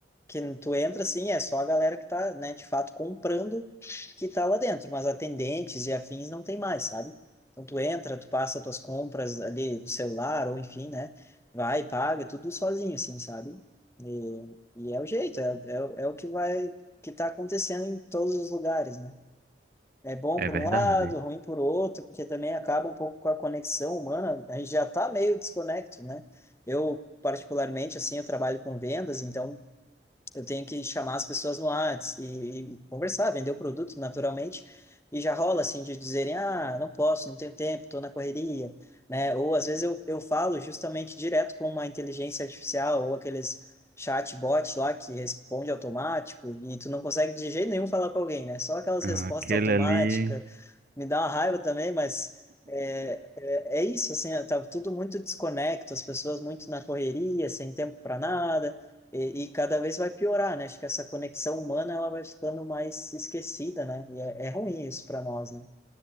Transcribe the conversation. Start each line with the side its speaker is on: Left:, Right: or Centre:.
Left: que tu entra assim, é só a galera que tá, né, de fato comprando que tá lá dentro, mas atendentes e afins não tem mais, sabe? Então tu entra, tu passa tuas compras ali do celular ou enfim, né? Vai, paga, é tudo sozinho assim, sabe? E, e é o jeito, é, é, o- é o que vai que tá acontecendo em todos os lugares, né? É bom
Right: é
Left: por
Right: verdade.
Left: um lado, ruim por outro, porque também acaba um pouco com a conexão humana. A gente já tá meio desconecto, né? Eu, particularmente, assim, eu trabalho com vendas, então eu tenho que chamar as pessoas no Whats e, e conversar, vender o produto naturalmente. E já rola assim de dizerem, ah, não posso, não tenho tempo, estou na correria, né? Ou às vezes eu, eu falo justamente direto com uma inteligência artificial ou aqueles chatbot lá que responde automático e tu não consegue de jeito nenhum falar com alguém, né? Só aquelas
Right: Ah,
Left: respostas
Right: Aquele
Left: automáticas
Right: ali,
Left: me dá uma raiva também, mas é, é, é isso, assim, tá tudo muito desconecto, as pessoas muito na correria, sem tempo para nada, e, e cada vez vai piorar, né? Acho que essa conexão humana ela vai ficando mais esquecida, né? E é, é ruim isso para nós, né?